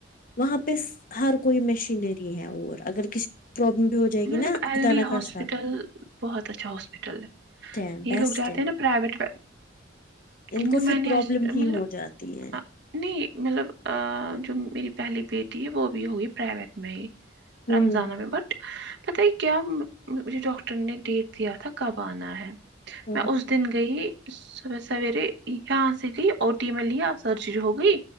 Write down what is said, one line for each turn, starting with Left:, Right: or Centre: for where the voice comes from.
Left: وہاں پہ ہر کوئی مشینری ہے اور اگر کسی پرابلم بھی ہو جائے
Right: مطلب
Left: گی نا
Right: ایل
Left: خدا
Right: ڈی
Left: نہ
Right: ہاسپٹل
Left: خاصہ
Right: بہت اچھا ہاسپٹل ہے
Left: ہے بیسٹ
Right: یہ لوگ جاتے
Left: ہے
Right: ہیں نا پرائیویٹ <unintelligible>
Left: ان
Right: مطلب
Left: کو پھر پرابلم ہی ہو جاتی ہے
Right: نہیں مطلب آآآ جو میری پہلی بیٹی ہے وہ بھی ہوئی پرائیویٹ میں ہی
Left: ہوں
Right: رمضانہ
Left: ہوں
Right: میں بٹ پتہ ہے کیا مم مجھے ڈاکٹر نے ڈیٹ دیا تھا کب آنا ہے
Left: ہوں
Right: میں
Left: ہوں
Right: اس دن گئی صبح سویرے یہاں سے گئی او ٹی میں لیا سرجری ہو گئی